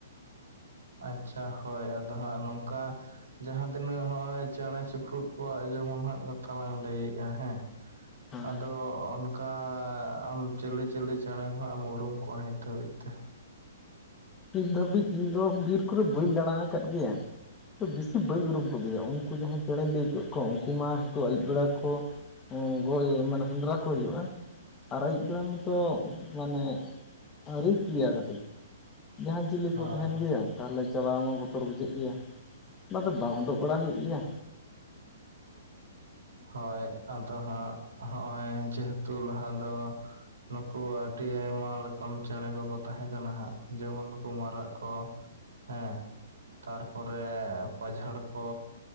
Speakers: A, on the right; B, on the left.
A: ᱟᱪᱪᱷᱟ ᱦᱳᱭ ᱟᱫᱚ ᱦᱟᱸᱜ ᱱᱚᱝᱠᱟ ᱡᱟᱦᱟᱸ ᱛᱤᱱᱟᱹᱜ ᱱᱚᱜᱼᱚᱭ ᱪᱮᱸᱬᱮ ᱪᱩᱯᱨᱩᱫ ᱠᱚᱣᱟᱜ ᱡᱮᱢᱚᱱ ᱦᱟᱸᱜ ᱠᱟᱛᱷᱟ ᱞᱟᱝ ᱞᱟᱹᱭᱮᱜᱼᱟ ᱦᱮᱸ
B: ᱦᱮᱸ
A: ᱟᱫᱚ ᱚᱱᱠᱟ ᱟᱢ ᱪᱤᱹᱞᱤ ᱪᱤᱹᱞᱤ ᱪᱮᱸᱬᱮ ᱠᱚ ᱦᱟᱸᱜ ᱮᱢ ᱩᱨᱩᱢ ᱠᱚᱣᱟ ᱱᱤᱛ ᱫᱷᱟᱹᱵᱤᱡ ᱛᱮ
B: ᱱᱤᱛ ᱫᱷᱟᱹᱵᱤᱡ ᱤᱧ ᱫᱚ ᱵᱤᱨ ᱠᱚᱨᱮ ᱵᱟᱹᱧ ᱫᱟᱬᱟ ᱟᱠᱟᱫ ᱜᱮᱭᱟ᱾ ᱛᱚ ᱵᱮᱥᱤ ᱵᱟᱹᱧ ᱩᱨᱩᱢ ᱠᱚ ᱜᱮᱭᱟ ᱩᱱᱠᱩ ᱡᱟᱦᱟᱸᱭ ᱪᱮᱸᱬᱮᱧ ᱞᱟᱹᱭ ᱠᱮᱫ ᱠᱚᱣᱟ ᱩᱱᱠᱩ ᱢᱟ ᱦᱤᱛᱩ ᱟᱹᱭᱩᱵ ᱵᱮᱲᱟ ᱠᱚ ᱜᱚᱡ ᱢᱟᱱᱮ ᱥᱮᱸᱫᱽᱨᱟ ᱠᱚ ᱦᱩᱭᱩᱜᱼᱟ ᱟᱨ ᱟᱹᱭᱩᱵ ᱵᱮᱲᱟ ᱢᱚᱛᱚ ᱢᱟᱱᱮ ᱨᱤᱠᱥ ᱜᱮᱭᱟ ᱠᱟᱹᱴᱤᱡ ᱡᱟᱦᱟᱱ ᱪᱤᱞᱤ
A: ᱦᱳᱭ
B: ᱠᱚ ᱛᱟᱦᱮᱱ ᱜᱮᱭᱟ᱾ ᱛᱟᱦᱚᱞᱮ ᱪᱟᱞᱟᱣ ᱢᱟ ᱵᱚᱛᱚᱨ ᱵᱩᱡᱷᱟᱹᱜ ᱜᱮᱭᱟ ᱚᱱᱟᱛᱮ ᱵᱟᱝ ᱩᱰᱩᱜ ᱵᱟᱲᱟ ᱦᱩᱭᱩᱜ ᱜᱮᱭᱟ᱾
A: ᱦᱳᱭ ᱟᱫᱚ ᱦᱟᱸᱜ ᱦᱚᱜᱼᱚᱭ ᱡᱮᱦᱮᱛᱩ ᱞᱟᱦᱟ ᱫᱚ ᱱᱩᱠᱩ ᱟᱹᱰᱤ ᱟᱭᱢᱟ ᱞᱮᱠᱟᱱ ᱪᱮᱸᱬᱮ ᱠᱚᱠᱚ ᱛᱟᱦᱮᱸ ᱠᱟᱱᱟ ᱦᱟᱸᱜ ᱡᱮᱢᱚᱱ ᱱᱩᱠᱩ ᱢᱟᱨᱟᱜ ᱠᱚ᱾ ᱦᱮᱸ, ᱛᱟᱨᱯᱚᱨᱮ ᱯᱟᱡᱷᱟᱲ ᱠᱚ,